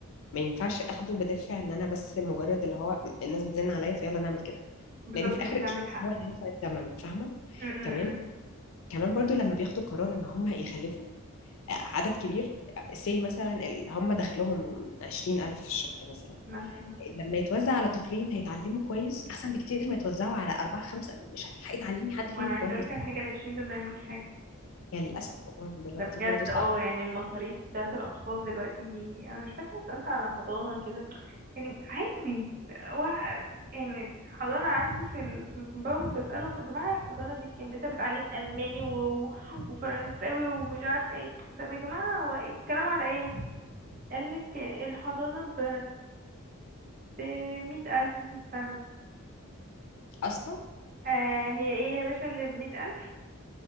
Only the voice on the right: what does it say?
بالظبط
انت عندك
حق
م -م
-م.
مثلا
وانا عايزه
اقولك على حاجه العشرين دول ما يعملوش حاجه
ده بجد
اه يعني المصاريف بتاعه الاطفال دلوقتي انا مش فاكره سالت على حضانه كده يعني عادي و... يعني حضانه عندي في ال... في الكومباوند بسالهم يا جماعه الحضانه دي بكام لسه بتعلم الماني و... وفرنساوي ومش عارفه ايه طب يا جماعه هو إيه الكلام على ايه قالك الحضانه ب ب 100000 ألف في السنة
آه هي ايه يا باشا اللي بمية ألف؟